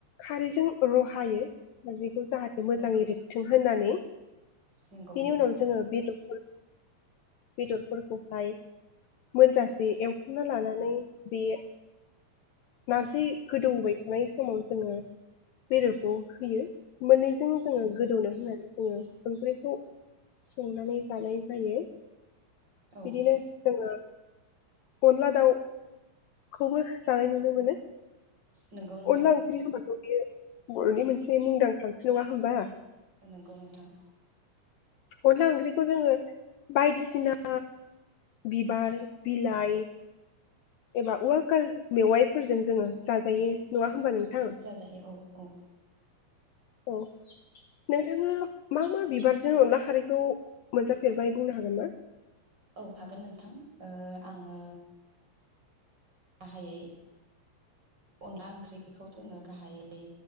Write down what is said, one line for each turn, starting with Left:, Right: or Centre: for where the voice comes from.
Left: खारैजों रहायो आरो जाहाथे मोजाङै
Right: औ
Left: रेबथों होननानै
Right: नंगौ
Left: बेनि
Right: नोंथां
Left: उनाव जोङो बेदर बेदरफोरखौहाय मोनजासे एवखांना लानानै बे नारजि गोदौबाय थानाय समाव जोङो बेदरखौ होयो। मोननैजों जोङो
Right: औ
Left: गोदौनो होनानै उम। ओंख्रिखौ संनानै जानाय जायो।
Right: औ
Left: बिदिनो जोङो अनला दाउखौबो जानाय नुनो मोनो।
Right: नंगौ नोंथां।
Left: अनला ओंख्रि होनबाथ' बेयो बर'नि मोनसे मुंदांखा ओंख्रि नङा होमबा?
Right: नंगौ नोंथां।
Left: अनला ओंख्रिखौ जोङो बायदिसिना बिबार बिलाइ एबा उवाकाल मेवाइफोरजों जोङो जाजायो। नङा होमबा
Right: संनानै
Left: नोंथां
Right: जाजायो औ औ।
Left: औ नोंथाङा मा मा बिबारजों अनला खारैखौ मोनजाफेरबाय बुंनो हागोन ना?
Right: औ हागोन नोंथां ओ आङो गाहाइयै अनला ओंख्रिखौ जोङो गाहाइयै